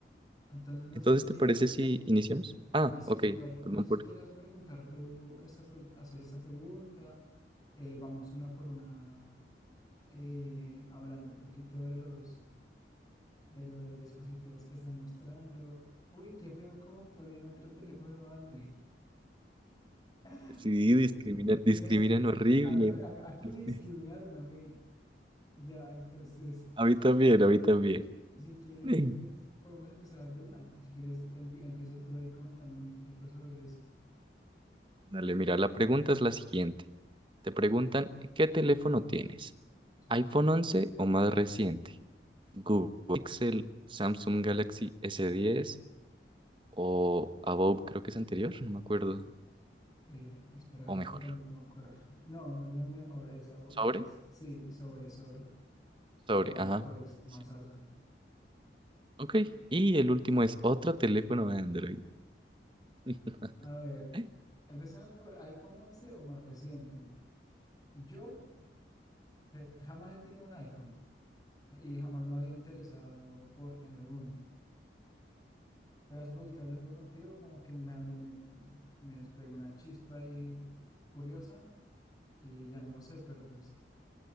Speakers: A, on the left; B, on the right.
A: Entonces, no
B: entonces,
A: sé si quieras,
B: ¿te parece si iniciamos? Ah,
A: ah, sí,
B: ok,
A: dale, no
B: perdón
A: sé si
B: por...
A: quieras preguntar tú, esta pre- hacer esta pregunta. Eh, vamos una por una, eh, hablando un poquito de los, de los dispositivos que están mostrando. Uy, qué feo cómo ponen otro teléfono Android. <laughs>
B: Sí, discriminan,
A: Me-
B: discriminan horrible.
A: a mí- a-
B: <laughs>
A: aquí
B: Este,
A: me discriminaron a mí, ya, entonces.
B: A
A: <laughs>
B: mí también, a mí también.
A: Si quieres,
B: <clears throat> Sí.
A: podemos empezar de una. Si quieres, empie- empieza tú ahí comentándome un poquito sobre eso.
B: Dale, mira, la pregunta es la siguiente. Te preguntan, ¿qué teléfono tienes?
A: Sí,
B: ¿iPhone
A: ¿no?
B: 11 o más reciente? Google Pixel, Samsung Galaxy s diez o Above, creo que es anterior, no me acuerdo.
A: Eh, espera,
B: O
A: ver
B: mejor.
A: que tampoco me acuerdo. <laughs> No, no, no es mejor. Esa
B: ¿Sobre?
A: es, sí, sobre, sobre.
B: Sobre,
A: O
B: ajá.
A: después, más
B: Sí.
A: alto.
B: Ok. Y el último es otro teléfono de Android. <laughs>
A: A ver,
B: Ok,
A: empecemos por iPhone 11 o más reciente. Yo, que jamás he tenido un iPhone y jamás me había interesado por tener uno. Pero hace poquito hablando contigo, como que me, abrí- me, me despegó una chispa ahí curiosa y ya no lo sé, pero pues